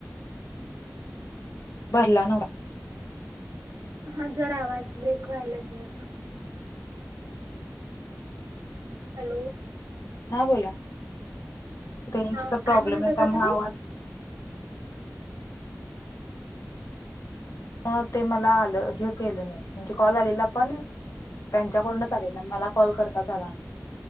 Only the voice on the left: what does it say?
भरला नव्हता
हा बोला, रेंजचा
प्रॉब्लेम
आहे
त्यामुळे
आवाज. मग ते मला आलं, हे केलं नाही म्हणजे कॉल आलेला पण त्यांच्याकडून आलेल, मला कॉल करताच आला नाही.